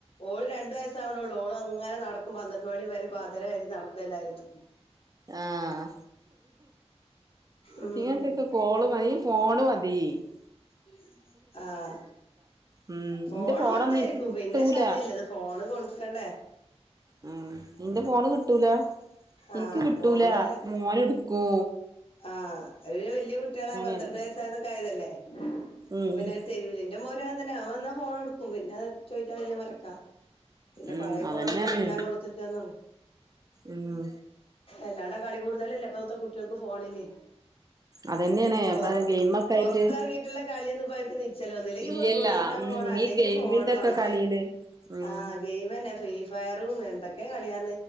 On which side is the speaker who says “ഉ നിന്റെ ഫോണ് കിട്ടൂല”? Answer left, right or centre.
Right